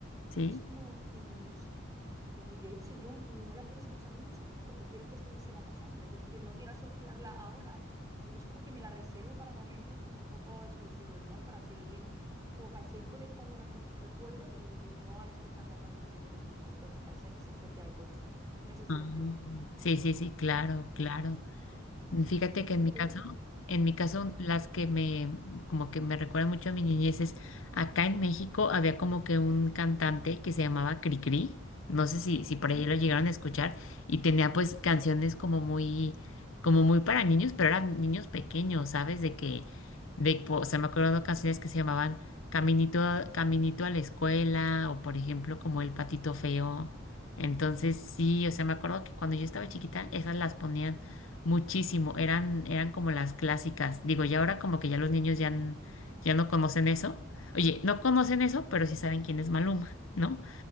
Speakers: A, on the left; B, on the right.
A: sí.
B: Es como, mm, no sé. Y de hecho yo no la quiero escuchar mucho, ¿no? Porque quiero que esto me siga pasando. Es decir, no quiero asociarla ahora. Entonces como que me la reservo para momentos como un poco exclusivos, ¿no? Para seguir, como para seguir conectándola con este recuerdo y, y no al escucharla tanto, pues yo que sé, estando en el coche, tal, se, se asocia al coche. No sé si
A: Ah,
B: me explico. <clears throat>
A: sí, sí, sí, claro, claro.
B: Sí.
A: Fíjate que
B: ¿Y
A: en mi
B: tú?
A: caso, en mi caso,
B: Sí.
A: las que me, como que me recuerdan mucho a mi niñez es, acá en México había como que un cantante que se llamaba Cricri, no sé si, si por
B: Mm.
A: ahí lo llegaron a escuchar, y tenía pues canciones como muy, como muy para niños, pero eran niños pequeños, ¿sabes? De que, de, o sea, me acuerdo de canciones que se llamaban Caminito, a- Caminito a la escuela, o por ejemplo, como El Patito Feo. Entonces, sí, o sea, me acuerdo que cuando yo estaba chiquita, esas las ponían Muchísimo, eran, eran como las clásicas. Digo, y ahora como que ya los niños ya, n- ya no conocen eso. Oye, no conocen eso, pero sí saben quién es Maluma, ¿no?